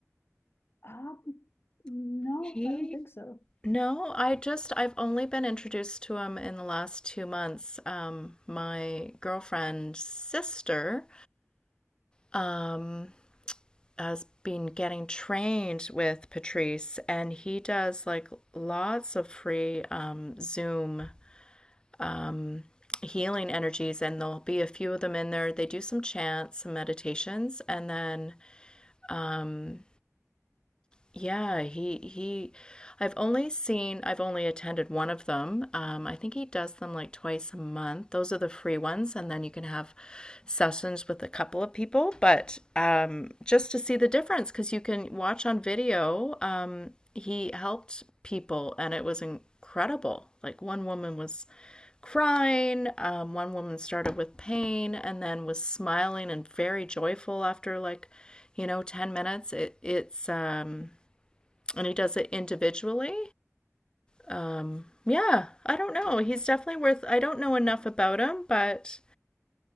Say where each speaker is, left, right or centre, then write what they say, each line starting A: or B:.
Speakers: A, on the left; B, on the left.
A: Um, no,
B: He
A: I don't think so.
B: No, I just I've only been introduced to him in the last two months. Um, my girlfriend's sister. Um, has been getting trained with Patrice, and he does like lots of free um, Zoom um, healing energies, and there'll be a few of them in there. They do some chants, some meditations, and then um, yeah, he he I've only seen I've only attended one of them. Um, I think he does them like twice a month. Those are the free ones, and then you can have sessions with a couple of people, but um, just to see the difference because you can watch on video. Um, he helped people, and it was incredible. Like one woman was crying, um, one woman started with pain, and then was smiling and very joyful after like, you know, 10 minutes. It it's um and he does it individually. Um, yeah, I don't know. He's definitely worth. I don't know enough about him, but